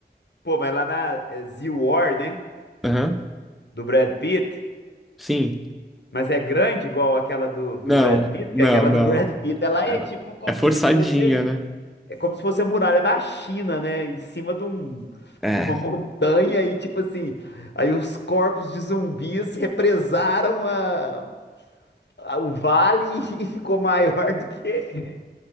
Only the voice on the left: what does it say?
Pô, mas lá na é, Z-War, né?
Do Brad Pitt.
Mas é grande igual aquela do, do
Brad Pitt,
que aquela
do Brad Pitt, ela é tipo como
se fosse,
é como se fosse a muralha da China, né? Em cima de um,
de uma montanha e tipo assim, aí os corpos de zumbis represaram a, a- o vale <laughs> e ficou maior do que,